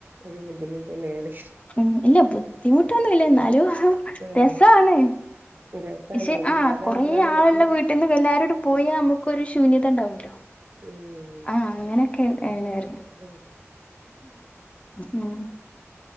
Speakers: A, on the right; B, on the left.
A: ഒരു ബുദ്ധിമുട്ടന്നെണ്
B: ഉം ഇല്ല ബുദ്ധിമുട്ടൊന്നുംല്ല ന്നാലും
A: ആഹ്
B: രസാണ്
A: രസാണ്
B: പക്ഷെ
A: ഓരില്ലാതാവുമ്പളാണ്
B: ആ കൊറെേ
A: നമുക്ക്
B: ആളുള്ള വീട്ട്ന്ന് എല്ലാരുടെ പോയ നമുക്കൊരു ശൂന്യത ഉണ്ടാവല്ലോ
A: ഉം
B: ആഹ് അങ്ങനെയൊക്കെ ഏണ്റിയ
A: ഉം
B: ഉം